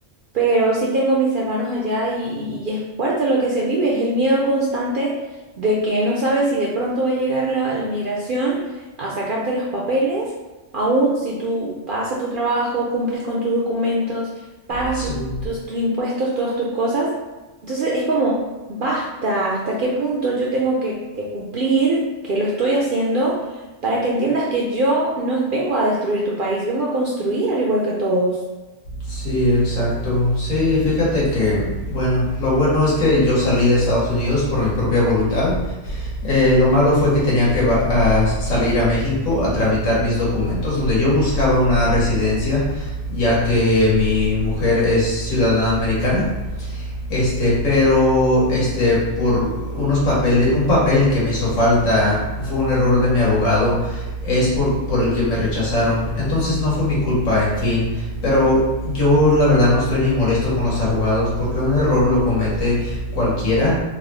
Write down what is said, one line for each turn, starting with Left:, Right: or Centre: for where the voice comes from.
Right: pero sí tengo mis hermanos allá y, y- y es fuerte lo que se vive, es el miedo constante de que no sabes si de pronto va a llegar la, la migración a sacarte los papeles, aun si tú vas a tu trabajo, cumples con tus documentos, pagas
Left: sí,
Right: tus, tus, tus impuestos, todas tus cosas. Entonces es como, basta, ¿hasta qué punto yo tengo que, que cumplir, que lo estoy haciendo? para que entiendas que yo no vengo a destruir tu país, vengo a construir al igual que todos.
Left: sí, exacto. Sí, fíjate que, bueno, lo bueno es que yo salí de Estados Unidos por mi propia voluntad Eh, lo malo fue que tenía que a salir a México a tramitar mis documentos, donde yo buscaba una residencia, ya que mi mujer es ciudadana americana. Este, pero este por unos papeles, un papel que me hizo falta, fue un error de mi abogado, es por por el que me rechazaron. Entonces no fue mi culpa, en fin, pero yo la verdad no estoy ni molesto con los abogados porque un error lo comete cualquiera.